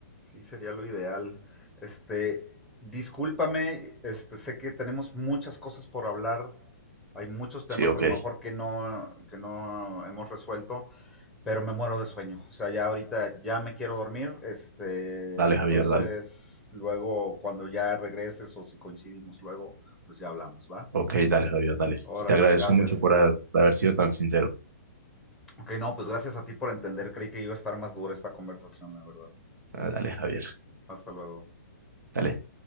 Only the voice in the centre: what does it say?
Sí, sería lo ideal. Este, discúlpame, este, sé que tenemos muchas cosas por hablar. Hay muchos temas
a lo mejor que no, que no hemos resuelto, pero me muero de sueño. O sea, ya ahorita ya me quiero dormir. Este,
entonces,
luego cuando ya regreses o si coincidimos luego, pues ya hablamos, ¿va?
Órale,
gracias.
Ok, no, pues gracias a ti por entender. Creí que iba a estar más dura esta conversación, la verdad.
Hasta luego.